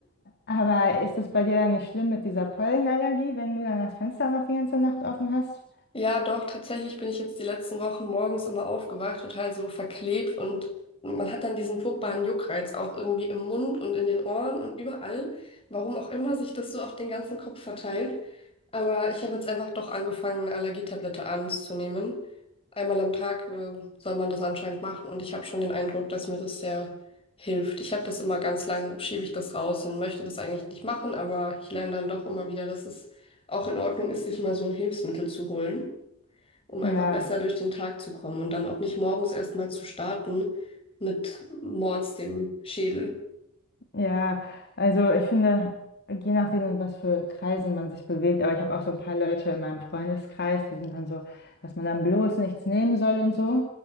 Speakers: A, on the left (about 50°); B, on the left (about 25°).
A: Aber ist das bei dir dann nicht schlimm mit dieser Pollenallergie, wenn du dann das Fenster noch die ganze Nacht offen hast?
B: Ja, doch, tatsächlich bin ich jetzt die letzten Wochen morgens immer aufgewacht, total so verklebt und man hat dann diesen furchtbaren Juckreiz auch irgendwie im Mund und in den Ohren und überall, warum auch immer sich das so auf den ganzen Kopf verteilt. Aber ich habe jetzt einfach doch angefangen, eine Allergietablette abends zu nehmen. Einmal am Tag, äh, soll man das anscheinend machen und ich habe schon den Eindruck, dass mir das sehr hilft. Ich habe das immer ganz lang, schiebe ich das raus und möchte das eigentlich nicht machen, aber ich lerne dann doch immer wieder, dass es auch in Ordnung ist, sich mal so ein Hilfsmittel zu holen um
A: Ja,
B: einfach besser durch den Tag zu kommen und dann auch nicht morgens erstmal zu starten mit Mords dem Schädel.
A: ja, also ich finde, je nachdem, in was für Kreisen man sich bewegt, aber ich habe auch so ein paar Leute in meinem Freundeskreis, die sind dann so, dass man dann bloß nichts nehmen soll und so.